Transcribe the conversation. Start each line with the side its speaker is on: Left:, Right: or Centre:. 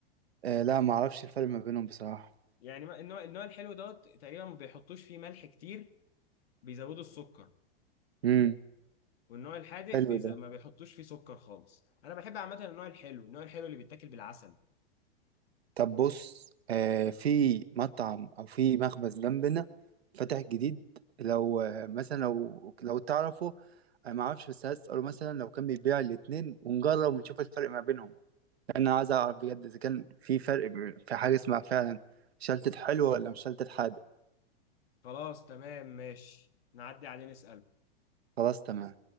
Right: آه، لا ما اعرفش الفرق ما بينهم بصراحة
Left: يعني ما- النوع النوع الحلو دوت تقريبا ما بيحطوش فيه ملح كتير بيزودوا السكر
Right: امم
Left: والنوع الحادق
Right: حلو
Left: بيز...
Right: ده
Left: ما بيحطوش فيه سكر خالص انا بحب عامه النوع الحلو النوع الحلو اللي بيتاكل بالعسل
Right: طب بص آه في مطعم او في مخبز جنبنا فتح جديد لو آه، مثلا لو لو تعرفه انا ما اعرفش بس هسأله مثلا لو كان بيبيع الاتنين ونجرب ونشوف الفرق ما بينهم انا عايز اعرف بجد اذا كان في فرق ب- في حاجه اسمها فعلا مشلتت حلو ولا مشلتت حادق
Left: خلاص تمام ماشي نعدي عليه نسأل
Right: خلاص تمام